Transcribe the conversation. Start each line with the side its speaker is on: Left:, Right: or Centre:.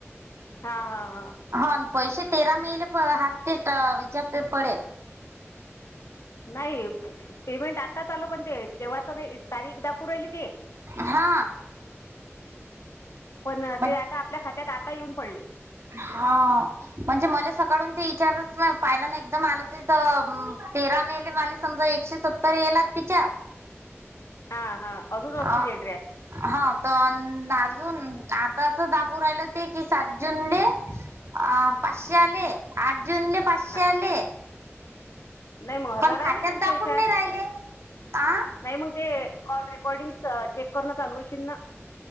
Left: हा हा हा.
Right: हा पैसे तेरा मेले प हात ते विच्याार पडेल.
Left: नाही पेमेंट आताच आलं पण ते तेव्हाच नाही. तारी एकदा करहिली ते
Right: हा
Left: पण
Right: म्हण
Left: ते आता आपल्या खात्यात आता येऊन पडले.
Right: हा. म्हणजे मला सकाळून ते विचारच पाहिला एकदम आलं ते तर तेरा मेले मला समजा एकशे सत्तर येलात तिच्या
Left: हा हा अज दोसतनले.
Right: अ हा प अजून आताच दागू राहिलं ते कि सा जुूनले अ पाचशे आले आठ जुूनले पाचशे
Left: हा
Right: आले.
Left: नाही मग हजार
Right: पण खात्यात
Left: आलेय तुमच्या
Right: दाखवून
Left: याच्यात.
Right: नाही राहिले आ
Left: नाही मग ते कॉल रेकॉर्डिंग चेक करणं चालूशील ना.